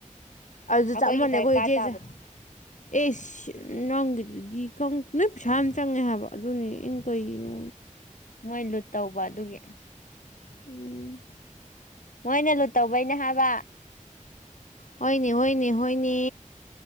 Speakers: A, on the left (about 65°); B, on the left (about 90°).
A: ꯑꯗꯨꯗ
B: ꯑꯩꯈꯣꯏꯒꯤ
A: ꯆꯞ ꯃꯥꯟꯅꯩ
B: ꯗꯔꯀꯥꯔ
A: ꯑꯈꯣꯏꯁꯨ ꯆꯦꯆꯥ
B: ꯇꯥꯕꯗꯣ
A: ꯑꯦꯁ ꯅꯪꯒꯤꯗꯨꯗꯤ ꯅꯣꯏ ꯄꯩꯁꯥ ꯌꯥꯝ ꯆꯪꯉꯦ ꯍꯥꯏꯕ ꯑꯗꯨꯅꯦ ꯑꯩꯅ ꯀꯩꯒꯤꯅꯣ
B: ꯃꯣꯏ ꯂꯨꯠ ꯇꯧꯕ ꯑꯗꯨꯒꯤ
A: ꯎꯝ
B: ꯃꯣꯏꯅ ꯂꯨꯠ ꯇꯧꯕꯩꯅꯦ ꯍꯥꯏꯕ
A: ꯍꯣꯏꯅꯦ ꯍꯣꯏꯅꯦ ꯍꯣꯏꯅꯦ